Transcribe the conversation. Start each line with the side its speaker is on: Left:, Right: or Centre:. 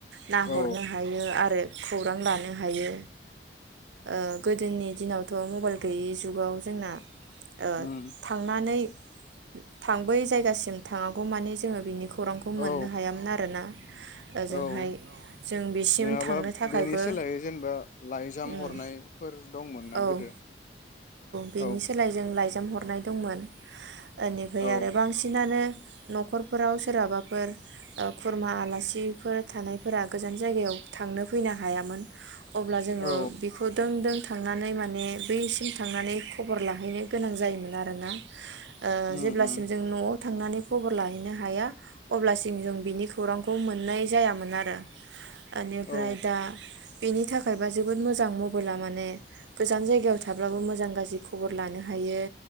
Right: नाहरनो
Left: औ
Right: हायो आरो खौरां लानो हायो ओ गोदोनि दिनावथ' मबाइल गैयि जुगाव जोंना ओ
Left: उम
Right: थांनानै थां बै जायगासिम थाङागौ मानि जोङो बिनिखौ खौरांखौ मोननो
Left: औ
Right: हायामोन आरोना। ओजोंहाय
Left: औ
Right: जों बिसिम
Left: नङाबा
Right: थांनो थाखायबो
Left: बेनि सोलायै जेनेबा लाइजाम
Right: उम
Left: हरनाय फोर दंमोन ना
Right: औ
Left: गोदो औ।
Right: बेनि सोलाय जों लाइजाम हरनाय दंमोन। इनिफ्राय
Left: औ
Right: आरो बांसिनानो न'खरफोराव सोरहाबाफोर ओ खुरमा आलासिफोर थानायफोरा गोजान जायगायाव थांनो फैनो हायामोन अब्ला जोङो
Left: औ
Right: बेखौ दों थांनानै माने बैसिम थांनानै खबर लाहैनो गोनां जायोमोन आरोना। ओ
Left: उम
Right: जेब्लासिम
Left: उम
Right: जों न'आव थांनानै खबर लाहैनो हाया अब्लासिम जों बिनि खौरांखौ मोननाय जायामोन आरो। इनिफ्राय
Left: औ
Right: दा बेनि थाखायबा जोबोद मोजां मबाइला माने गोजान जायगायाव थाब्लाबो मोजां गाज्रि खबर लानो हायो